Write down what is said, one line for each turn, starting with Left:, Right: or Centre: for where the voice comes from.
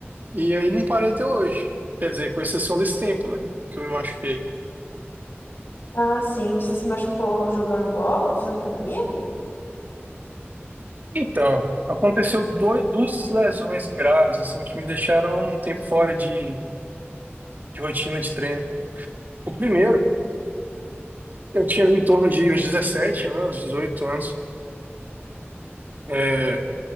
Right: E aí, não parei até hoje. Quer dizer, com exceção desse tempo, né? Que eu me machuquei.
Left: Ah, sim. Você se machucou jogando bola, fazendo academia?
Right: Então, aconteceu dois, duas lesões graves, assim, que me deixaram um tempo fora de, de rotina de treino. O primeiro, eu tinha ali em torno de uns 17 anos, 18 anos. É,